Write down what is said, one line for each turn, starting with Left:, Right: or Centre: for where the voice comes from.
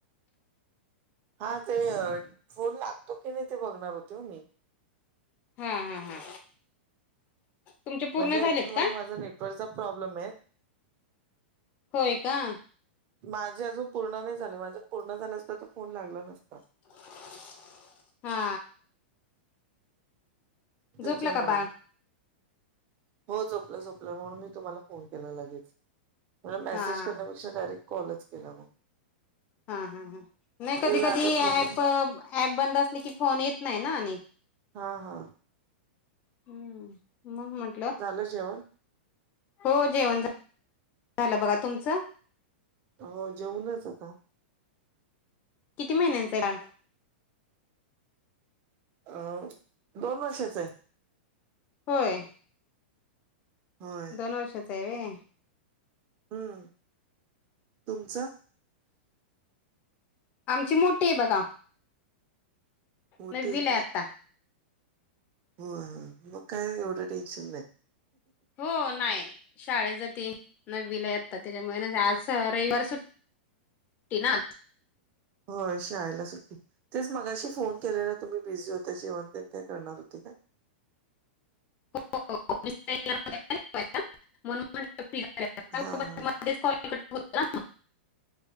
Right: हा ते फोन लागतो की नाही ते बघणार होते हो मी
Left: हा हा हा तुमचे पूर्ण
Right: म्हणजे ऍक्चुअल
Left: झालेत
Right: मध्ये
Left: का
Right: माझा नेटवर्कचा प्रॉब्लेम आहे
Left: होय का
Right: माझे अजून पूर्ण नाही झाले माझं पूर्ण झालं असते तर फोन लागला नसता
Left: <inaudible> हा
Right: त्याच्यामुळे
Left: झोपलं का बाळ?
Right: हो झोपलं झोपलं, म्हणून मी तुम्हाला फोन केला लगेच, म्हणलं मेसेज
Left: हा हा
Right: करण्यापेक्षा डायरेक्ट कॉलच केला मग.
Left: हा हा हा, नाही कधी
Right: ते लागत
Left: कधी
Right: नव्हतं
Left: ऍप,
Right: ना
Left: ऍप बंद असले की फोन येत नाही ना आणि.
Right: हां हां
Left: हम्म, म्हणून म्हण
Right: झालं जेवण?
Left: हो जेवण झा झालं बघा. तुमचं?
Right: हो जेवउनच आता
Left: किती महिन्यांच आहे बाळ?
Right: अ दोन वर्षाचं आहे.
Left: होय.
Right: हो
Left: दोन वर्षाचा आहेे होय
Right: हम्म, तुमचं?
Left: आमची मोठी आहे बघा.
Right: मोठी
Left: नववीला
Right: येत
Left: आहे
Right: ते.
Left: आता.
Right: होय, मग काही एवढं टेन्शन नाही.
Left: हो नाही, शाळेत जाती नववीला आहे आता, त्याच्यामुळे आज रविवार सुट टी ना
Right: होय शाळेला सुट्टी तेच मगाशी फोन केलेला तुम्ही बिझी होता, जेवण तेन काही करणार होते काय?
Left: हो <unintelligible> म्हणून म्हंटल
Right: हां, हां.
Left: <unintelligible> मधेच कॉल कट होत होता.